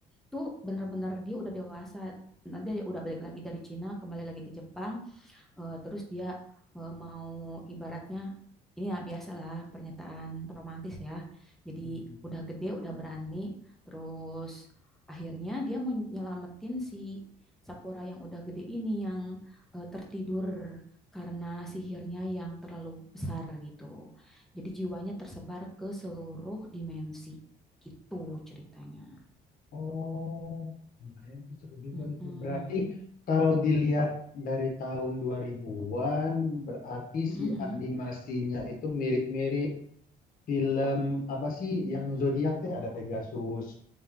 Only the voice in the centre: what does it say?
tuh bener-bener dia udah dewasa. Nanti dia udah balik lagi dari Cina, kembali lagi ke Jepang, eh, terus dia eh, mau ibaratnya ini ya biasalah pernyataan romantis ya. Jadi
udah gede, udah berani, terus akhirnya dia mau nyelamatin si Sakura yang udah gede ini yang eh, tertidur karena sihirnya yang terlalu besar gitu. Jadi jiwanya tersebar ke seluruh dimensi. Gitu ceritanya.
Mm-mm.
Mhm,
mhm.